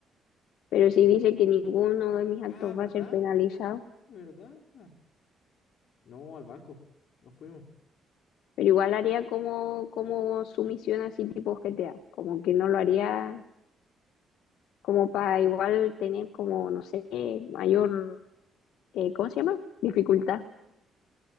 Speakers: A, on the left (about 80°); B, on the left (about 65°).
A: pero sí dice que ninguno de mis actos
B: Ah, ¿verdad?
A: va a ser penalizado,
B: ¿Verdad? No, al banco. No fuimos.
A: pero igual haría como, como sumisión así tipo GTA, como que no lo haría como para igual tener como, no sé, mayor, eh, ¿cómo se llama? Dificultad,